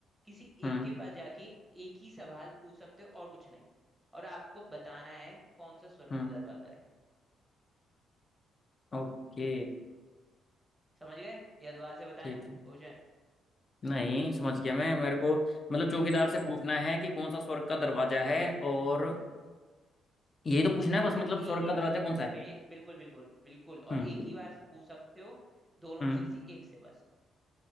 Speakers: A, in the centre; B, on the left (about 40°).
A: किसी
B: हम्म
A: एक के पास जाके एक ही सवाल पूछ सकते हो और कुछ नहीं और आपको बताना है कौन सा स्वर्ग
B: हम्म
A: का दरवाजा है
B: ओके
A: समझ गए या दोबारा से बताएं
B: ठीक
A: क्वेश्चन
B: है नहीं समझ गया मैं मेरे को मतलब चौकीदार से पूछना है कि कौन सा स्वर्ग का दरवाजा है और यही तो पूछना है बस
A: सिर्फ
B: मतलब
A: एक
B: स्वर्ग
A: ही
B: का
A: बार
B: दरवाजा
A: स-
B: कौन सा
A: बे,
B: है
A: बिल्कुल बिल्कुल बिल्कुल और
B: हम्म
A: एक ही बार पूछ सकते हो दोनों
B: हम्म
A: में से किसी एक से बस